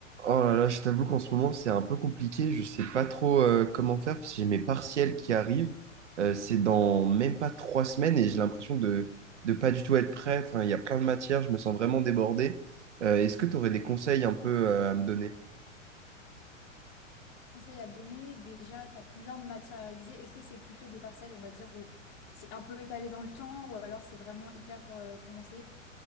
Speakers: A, on the right (about 65°); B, on the left (about 40°).
A: Oh là là, je t'avoue qu'en ce moment, c'est un peu compliqué. Je sais pas trop euh, comment faire parce que j'ai mes partiels qui arrivent. Euh, c'est dans même pas trois semaines et j'ai l'impression de de pas du tout être prêt. Enfin, il y a plein de matières, je me sens vraiment débordé. Euh, est-ce que tu aurais des conseils un peu euh, à me donner?
B: conseils à te donner? Déjà, tu as combien de matières à réviser? Est-ce que c'est plutôt des parcelles, on va dire, où c'est un peu étalé dans le temps ou alors c'est vraiment hyper euh, condensé?